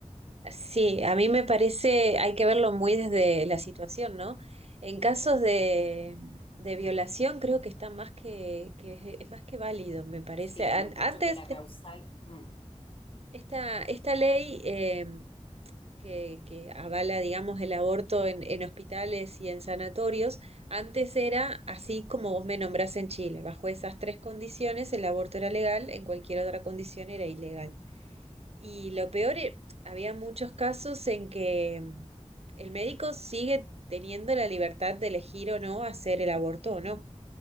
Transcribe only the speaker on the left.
Sí,
yo encuentro
que la causal, mm,